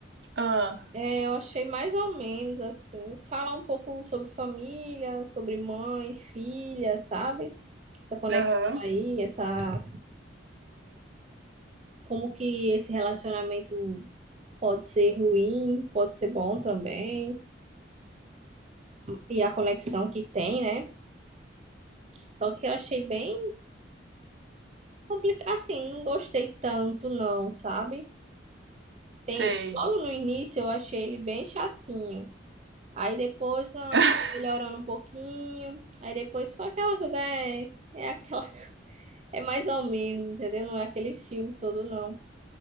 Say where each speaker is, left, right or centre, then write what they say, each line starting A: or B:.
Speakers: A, on the right; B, on the right.
A: Ah,
B: É, Eu achei mais ou menos assim. Falar um pouco sobre família, sobre mãe, filha, sabe? Essa conexão
A: aham,
B: aí, essa como que esse relacionamento pode ser ruim, pode ser bom também, e a conexão que tem, né? Só que eu achei bem complicado. Assim, não gostei tanto, não, sabe?
A: sei.
B: Tem... Logo no início eu achei ele bem chatinho. Aí depois, não,
A: <laughs>
B: tô melhorando um pouquinho. Aí depois foi aquela coisa, é, é aquela. <laughs> É mais ou menos, entendeu? Não é aquele filme todo, não.